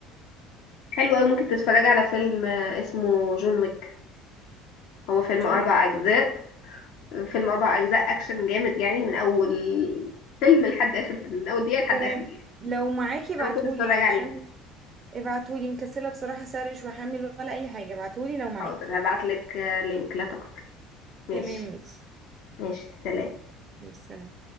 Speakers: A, on the left (about 65°); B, on the right (about 40°).
A: حلو قوي ممكن تتفرجي على فيلم آه، اسمه جون ويك هو فيلم
B: جون
A: اربع
B: ويك
A: اجزاء فيلم أربع أجزاء أكشن جامد يعني من أول فيلم لحد آخر فيلم من أول دقيقة لحد
B: تمام
A: آخر دقيقة
B: لو معاكي ابعتهولي
A: ده ممكن تتفرج
B: علشان
A: عليه
B: ابعتهولي مكسله بصراحه سرش واحمل ولا اي حاجه ابعتهولي لو معاكي
A: حاضر هبعتلك آه، لينك لا تقلقي ماشي
B: تمام ماشي
A: ماشي سلام
B: ماشي سلام